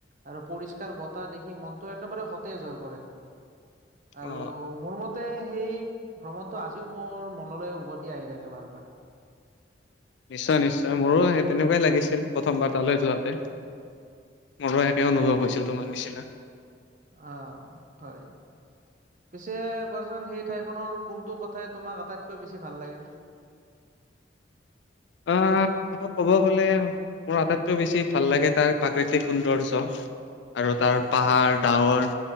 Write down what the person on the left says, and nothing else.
অ
নিশ্চয় নিশ্চয় মোৰো সেই তেনেকুৱাই লাগিছিল প্ৰথমবাৰ তালৈ যোৱাতে। মোৰো একে অনুভৱ হৈছিল তোমাৰ নিচিনা।
<unintelligible> মই ক'ব গলে মোৰ আটাইতকৈ বেছি ভাল লাগে তাৰ প্ৰাকৃতিক সৌন্দৰ্য। আৰু তাৰ পাহাৰ ডাৱৰ